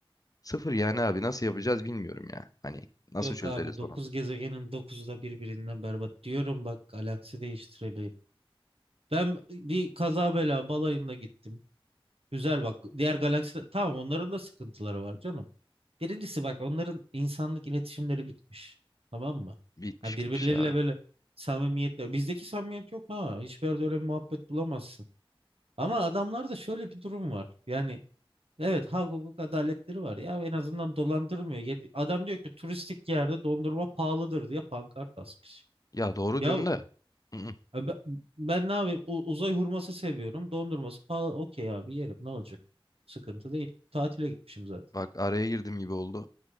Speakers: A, on the left (about 40°); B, on the right (about 80°).
A: Sıfır yani abi nasıl yapacağız bilmiyorum ya. Hani nasıl
B: Yok
A: çözeriz
B: abi 9
A: bunu?
B: gezegenin dokuzu da birbirinden berbat diyorum bak galaksi değiştirelim. Ben bir kaza bela balayında gittim. Güzel bak diğer galaksi tamam onların da sıkıntıları var canım. Birincisi bak onların insanlık iletişimleri bitmiş. Tamam mı?
A: Bitmiş
B: Ya birbirleriyle
A: bitmiş abi.
B: böyle samimiyetle. Bizdeki samimiyet yok ha. Hiçbir yerde öyle bir muhabbet bulamazsın. Ama adamlarda şöyle bir durum var. Yani evet hak hukuk adaletleri var ya en azından dolandırmıyor. Yedi- Adam diyor ki turistik yerde dondurma pahalıdır diye pankart asmış.
A: Ya doğru
B: Ya
A: diyorsun da. ı-ı.
B: e, be- ben ne yapayım U- uzay hurması seviyorum dondurması pahalı okey abi yerim ne olacak? Sıkıntı değil. Tatile gitmişim zaten.
A: Bak araya girdim gibi oldu.